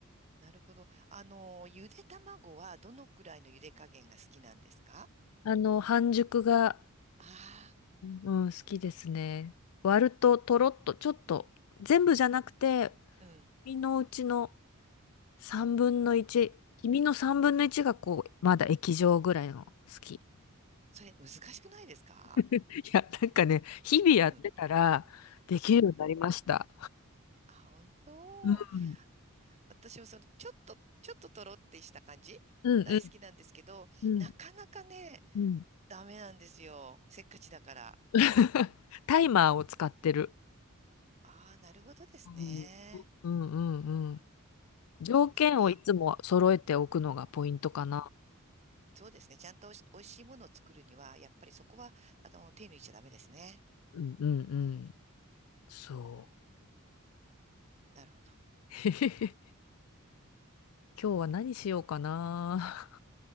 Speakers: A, on the right; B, on the left.
A: なるほど。あの、ゆで卵はどのくらいのゆで加減が好きなんですか
B: あの、半熟が、
A: あ
B: うん、好きですね。割ると、とろっと、ちょっと、全部じゃなくて、
A: あー、うん。
B: 身のうちの3分の1、黄身の3分の1がこう、まだ液状ぐらいの好き。
A: それ難しくないですか
B: いや、なんかね、日々やってたらできるようになりました。
A: うん。あ、本当。
B: うん。
A: 私はその、ちょっと、ちょっととろってした感じ大好きなんですけど、
B: うんうん。うん。
A: なかなかね、
B: うん。
A: ダメなんですよ。せっかちだから。
B: <laughs> タイマーを使ってる。
A: ああ、なるほどですね。
B: うん。うんうんうん。条件をいつも揃えておくのがポイントかな。
A: そっか。そうですね。ちゃんとおいし美味しいものを作るには、やっぱりそこは、あの、手抜いちゃダメですね。
B: うんうんうん。そう。
A: なるほど。
B: <laughs> へへへ今日は何しようかな。